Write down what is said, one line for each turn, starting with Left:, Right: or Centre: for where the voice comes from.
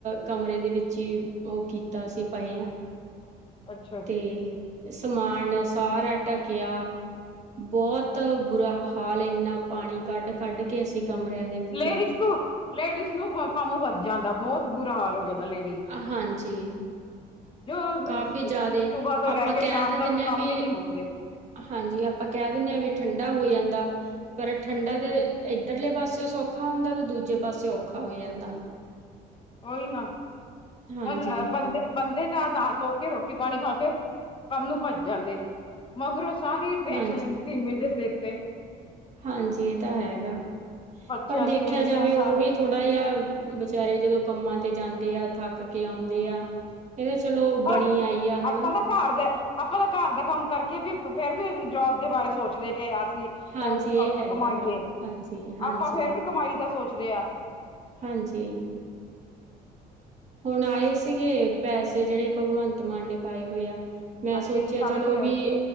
Right: ਕਮਰੇ ਦੇ ਵਿੱਚ ਹੀ ਉਹ ਕੀਤਾ ਸੀਂ ਪਏ ਆ
Left: ਅੱਛਾ ਅੱਛਾ
Right: ਤੇ ਸਮਾਨ ਸਾਰਾ ਢੱਕਿਆ ਬਹੁਤ ਬੁਰਾ ਹਾ ਹਾਲ ਐਨਾ ਪਾਣੀ ਕੱਢ-ਕੱਢ ਕੇ ਅਸੀਂ ਕਮਰਿਆਂ
Left: ਹੂੰ
Right: ਦੇ ਵਿੱਚੋਂ
Left: ਲੇਡੀਜ਼ ਨੂੰ ਲੇਡੀਜ਼ ਨੂੰ ਹੋ ਕੰਮ ਵੱਧ ਜਾਂਦਾ ਬਹੁਤ ਬੁਰਾ ਹਾਲ ਹੋ ਜਾਂਦਾ ਲੇਡੀ
Right: ਅ ਹਾਂਜੀ।
Left: ਜੋ
Right: ਕਾਫੀ ਜਾਦੇ
Left: ਸੁਬਾਹ ਤੋਂ
Right: ਆਪਾਂ
Left: ਲੈ ਕੇ
Right: ਕੈ
Left: ਸ਼ਾਮ
Right: ਤਾਂ
Left: ਤੱਕ
Right: ਦਿੰਨੇ ਆ
Left: ਕੰਮ
Right: ਵੀ
Left: ਹੀ ਨਹੀਂ ਮੁੱਕਦੇ
Right: ਹਾਂਜੀ ਆਪਾਂ ਕੈ ਦਿੰਨੇ ਆ ਵੀ ਠੰਡਾ ਹੋ ਜਾਂਦਾ ਪਰ ਠੰਡਾ
Left: ਹੂੰ
Right: <unintelligible> ਉਧਰਲੇ ਪਾਸੀਓ ਸੌਖਾ ਹੁੰਦਾ ਤਾਂ ਦੂਜੇ ਪਾਸੀਓ ਔਖਾ ਹੋ ਜਾਂਦਾ।
Left: ਓਈ ਨਾ
Right: ਹਾਂਜੀ
Left: <unintelligible> ਬੰਦੇ-ਬੰਦੇ ਦਾ ਨਾ ਧੋਕੇ ਰੋਟੀ-ਪਾਣੀ ਖਾ ਕੇ ਕੰਮ ਨੂੰ ਭੱਜ ਜਾਂਦੇ ਮਗਰੋ ਸਾਰੀ ਟੈਸ਼ਨ
Right: ਹਾਂਜੀ
Left: ਸਿੰਮੀ ਦੇ ਸਿਰ ਤੇ।
Right: ਹਾਂਜੀ ਏ ਤਾਂ ਹੈਗਾ <inaudible>
Left: ਬੱਚਿਆਂ
Right: ਪਰ
Left: ਦੀ
Right: ਦੇਖਿਆ
Left: ਟੈਨਸ਼ਨ
Right: ਜਾਵੇ ਓ
Left: ਸਾਰਾ
Right: ਵੀ
Left: ਕੁਛ
Right: ਥੋ ੜਾ ਯਾ ਵਿਚਾਰੇ ਜਦੋਂ ਕੰਮਾਂ ਤੇ ਜਾਂਦੇ ਆ ਥੱਕ ਕੇ ਆਉਂਦੇ
Left: ਹੂੰ
Right: ਆ ਏ ਤਾਂ ਚਲੋ ਬਣੀ
Left: ਪਰ
Right: ਆਈ ਆ
Left: ਆਪਾਂ
Right: ਹਨਾ।
Left: ਤਾਂ ਘਰ ਦਾ ਆਪਾਂ ਤਾਂ ਘਰ ਦਾ ਕੰਮ ਕਰਕੇ ਵੀ ਫੇਰ ਵੀ ਜੋਬ ਦੇ ਬਾਰੇ ਸੋਚਦੇ ਕਿ ਅਸੀਂ
Right: ਹਾਂਜੀ
Left: ਓ ਵੀ ਕਮ
Right: ਇਹ ਹੈਗਾ
Left: ਕਮਾਈਏ
Right: ਵਾ ਹਾਂਜੀ ਹਾਂਜੀ
Left: ਆਪਾਂ ਫੇਰ ਵੀ ਕਮਾਈ ਦਾ ਸੋਚਦੇ ਆ।
Right: ਹਾਂਜੀ। ਹੁਣ ਆਏ ਸੀਗੇ ਪੈਸੇ ਜੇੜੇ ਭਗਵੰਤ ਮਾਨ ਨੇ ਪਾਏ ਹੋਏ ਆ ਮੈਂ
Left: ਹਾਂਜੀ
Right: ਸੋਚਿਆ
Left: ਸਾਡੇ
Right: ਚਲੋ
Left: ਆਏ
Right: ਵੀ
Left: ਸੀ